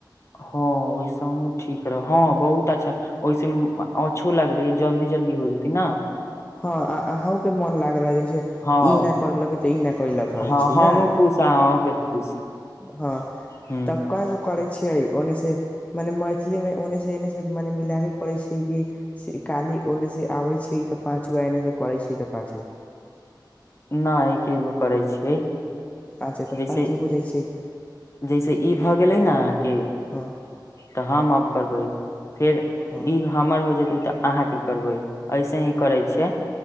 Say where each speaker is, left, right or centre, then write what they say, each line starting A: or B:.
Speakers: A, on the left; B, on the left.
A: हँ ओहिसँ ठीक रह हँ बहुत अच्छा ओहिस अच्छो लगतै जल्दी जल्दी हो जेतै ने।
B: हँ अहूँके मन लागल रह जै
A: हँ
B: ई नहि करलक तऽ ई नहि कलक
A: हँ
B: छी
A: हमहूँ
B: ने।
A: खुश आ अहूँके खुश
B: हँ
A: ह
B: तऽ कै गो क करै छियै ओन्ने से मने मैथिली मे ओन्ने से एने से मने मिलाक करै छियै कि से काली ओन्ने से आबै छै तऽ पाँच गो एने से करै छै तऽ पाँच गो।
A: नहि एके गो करै छियै।
B: अच्छा तऽ
A: जैसे
B: पाँच गो हो जाइ छै तऽ
A: जैसे ई भऽ गेलै ने अहाँके
B: हँ
A: तऽ हम अब करबै फेर ई
B: हँ
A: हमर हो जेतै। तऽ अहाँ की करबै ऐसे ही करै छियै।